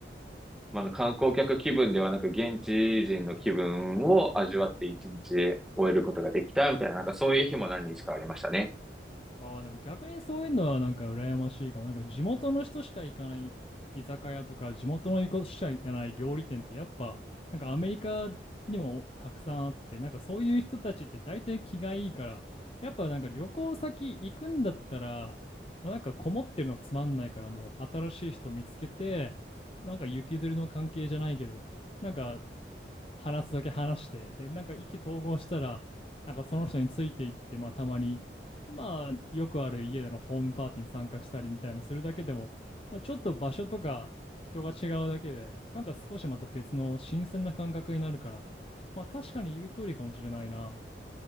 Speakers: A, in the centre; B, on the left.
A: まあ、観光客気分ではなく、現地人の気分を味わって一日終えることができたみたいな、なんかそういう日も何日かありましたね。
B: ああ、でも逆にそういうのはなんか羨ましいかも。なんか地元の人しか行かない居酒屋とか、地元の人しか行かない料理店ってやっぱ、なんかアメリカにもたくさんあって、なんかそういう人たちって大体気がいいから、やっぱなんか旅行先行くんだったら、まあなんかこもってるのつまんないからもう新しい人見つけて、なんか行きずりの関係じゃないけど、なんか話すだけ話して、で、なんか意気投合したら、なんかその人についていって、まあたまに、まあよくある家でのホームパーティーに参加したりみたいなするだけでも、まあ、ちょっと場所とか人が違うだけで、なんか少しまた別の新鮮な感覚になるから、まあ確かに言う通りかもしれないな。